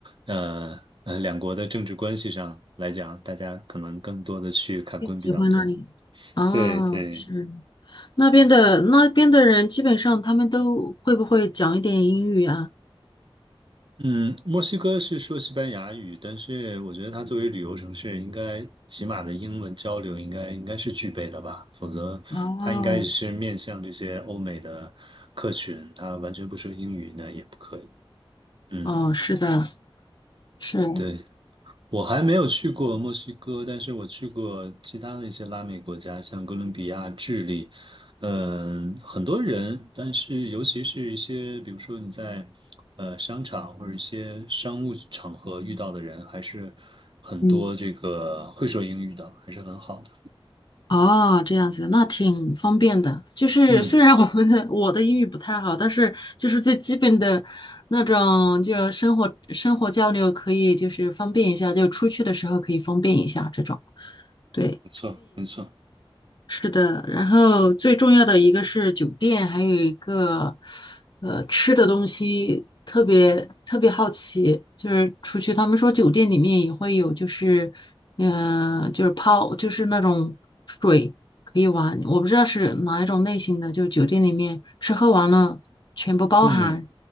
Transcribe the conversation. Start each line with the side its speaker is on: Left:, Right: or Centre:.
Right: 呃呃两国的政治关系上来讲，大家可能更多的去坎昆比较多。
Left: 更喜欢那里。哦，
Right: 对对。
Left: 是那边的那边的人，基本上他们都会不会讲一点英语啊？
Right: 嗯，墨西哥是说西班牙语，但是我觉得它作为旅游城市，应该起码的英文交流应该应该是具备的吧，否则它应该是面向这些欧美的客群，
Left: 哦，
Right: 它完全不说英语那也不可以。嗯，
Left: 哦，是的，是，
Right: 对。我还没有去过墨西哥，但是我去过其他的一些拉美国家，像哥伦比亚、智利，嗯，很多人，但是尤其是一些，比如说你在呃商场或者一些商务场合遇到的人，还是很多这个会说英语的，
Left: 嗯。
Right: 还是很好的。
Left: 哦，这样子，那挺方便的。就是虽然我们的我的英语不太好，
Right: 嗯，
Left: 但是就是最基本的那种，就生活生活交流可以就是方便一下，就出去的时候可以方便一下这种。对。
Right: 没错，没错。
Left: 是的，然后最重要的一个是酒店，还有一个呃吃的东西，特别特别好奇，就是出去他们说酒店里面也会有，就是嗯、呃就是泡就是那种水可以玩，我不知道是哪一种类型的，就酒店里面吃喝玩乐全部包含，
Right: 嗯